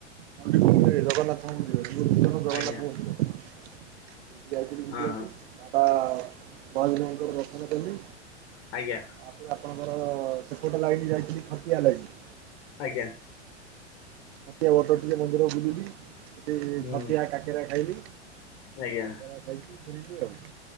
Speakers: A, on the right; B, on the left.
A: ଚଣ୍ଡିଖୋଲର ଜଗନ୍ନାଥ ମନ୍ଦିର। <unintelligible> ଜଗନ୍ନାଥ୍
B: ଆଜ୍ଞା
A: ମନ୍ଦିର ଯାଇଥିଲି
B: ହଁ
A: ଦେଖିବାକୁ। ତା ପରେ ମନ୍ଦିର ଦର୍ଶନ କଲି।
B: ଆଜ୍ଞା
A: ତାପରେ ଆପଣଙ୍କର ସେପଟ ଲାଇନ ଯାଇଥିଲି ଛତିଆ ଲାଇନ।
B: ଆଜ୍ଞା।
A: ଛତିଆ ବଟ ଟିକେ ମନ୍ଦିର ବୁଲିଲି। ସେଠି
B: ହୁଁ
A: ଛତିଆ କାକେରା ଖାଇଲି।
B: ଆଜ୍ଞା।
A: ଏରା ଖାଇକୀ ଫେରିଲି ଆଉ।